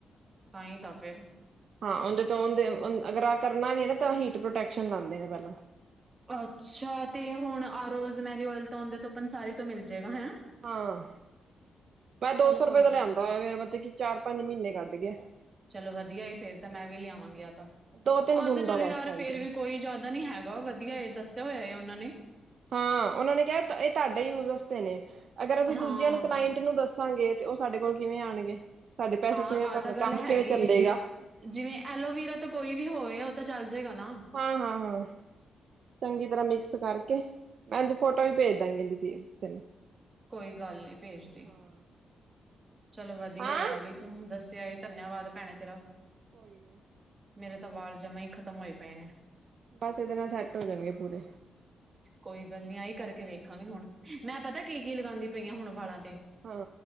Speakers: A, on the right (about 25°); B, on the right (about 50°).
A: ਤਾਂ ਹੀ, ਤਾਂ ਫੇਰ
B: ਹਾਂ, ਉਹਦੇ, ਤੋਂਦੇ ਅਗਰ ਆਹ ਕਰਨਾ ਵੀ ਹੈ ਨਾ, ਤਾਂ ਹੀਟ ਪ੍ਰੋਟੈਕਸ਼ਨ ਲਾਦੇ ਨੇ ਪਹਿਲਾਂ।
A: ਅੱਛਾ। ਤੇ ਹੁਣ, ਆ ਰੋਜ਼ਮੈਰੀ ਓਇਲ ਤੋਂ ਆਂਦੋ ਤੋਂ ਪੰਸਾਰੀ ਤੋਂ ਮਿਲ ਜੇਗਾ ਹੈਂ।
B: ਹਾਂ, ਮੈਂ
A: ਚਲ
B: ਦੋ-ਸੌ ਰੁਪਏ
A: ਕੋਈ
B: ਦਾ
A: ਗੱਲ
B: ਲਿਆਂਦਾ ਹੋਇਆ, ਮੇਰਾ ਮਤਲਬ ਕੀ ਚਾਰ-ਪੰਜ ਮਹੀਨੇ ਕੱਢ ਗਿਆ।
A: ਚਲੋ ਵਧੀਆ ਈ, ਫੇਰ ਤਾਂ ਮੈਂ ਵੀ ਲਿਆਵਾਂਗੀ ਆ, ਤਾ।
B: ਦੋ ਤਿੰਨ
A: ਅੱਗ
B: ਬੂੰਦਾ
A: ਚੱਲ
B: ਬਸ
A: ਯਾਰ
B: ਪਾਈ
A: ਫਿਰ
B: ਦੀਆਂ
A: ਵੀ ਕੋਈ ਜ਼ਿਆਦਾ ਨੀ ਹੈਗਾ, ਵਧੀਆ ਇਹ ਦੱਸਿਆ ਹੋਇਆ ਹੈ ਉਹਨਾਂ ਨੇ
B: ਹਾਂ, ਉਹਨਾਂ ਨੇ ਕਿਹਾ ਇਹ ਤੁਹਾਡੇ ਯੂਜ ਅਸਤੇ ਨੇ, ਅਗਰ ਅਸੀਂ
A: ਹਾਂ
B: ਦੂਜਿਆਂ ਨੂੰ ਕਲਾਈੰਟ ਨੂੰ ਦੱਸ ਦੱਸਾਂਗੇ ਤੇ, ਉਹ ਸਾਡੇ ਕੋਲ ਕਿਵੇਂ ਆਣਗੇ, ਸਾਡੇ ਪੈਸੇ
A: ਹਾਂ
B: ਕਿਵੇਂ
A: ਆਹ
B: ਬਣਨ,
A: ਤਾਂ ਗੱਲ
B: ਕੰਮ
A: ਹੈਗੀ
B: ਕਿਵੇਂ ਚੱਲੇਗਾ।
A: ਏ ਜਿਵੇਂ, ਐਲੋਵਰਾ ਤੋਂ ਕੋਈ ਵੀ ਹੋਵੇ, ਉਹ ਤਾਂ ਚੱਲ ਜਾਏਗਾ ਨਾ।
B: ਹਾਂ, ਹਾਂ, ਹਾਂ। ਚੰਗੀ ਤਰ੍ਹਾਂ ਮਿਕਸ ਕਰਕੇ, ਐਂਜ ਫੋਟੋ ਵੀ ਭੇਜ ਦਾਂਗੀ ਤੈਨੂੰ
A: ਕੋਈ ਗੱਲ ਨੀ, ਭੇਜਦੀ।
B: ਹਾਂ
A: ਚਲੋ ਵਧੀਆ
B: ਹੈਂ
A: ਈ ਆਗੀ ਤੂੰ ਦੱਸਿਆ, ਧੰਨਆਵਾਦ ਭੈਣੇ ਤੇਰਾ।
B: ਕੋਈ ਨੀ।
A: ਮੇਰੇ ਤਾ ਵਾਲ ਜਮਾ ਹੀ ਖ਼ਤਮ ਹੋਏ ਪਏ ਨੇ।
B: ਬਸ ਇਹਦੇ ਨਾਲ ਸੈੱਟ ਹੋ ਜਾਣਗੇ ਪੂਰੇ।
A: ਕੋਈ ਗੱਲ ਨੀ ਆਈ ਕਰਕੇ ਵੇਖਾਂਗੇ ਹੁਣ, ਮੈਂ ਪਤਾ ਕੀਕੀ ਲਗਾਂਦੀ ਪਈਆਂ, ਹੁਣ ਵਾਲਾਂ ਤੇ।
B: ਹਾਂ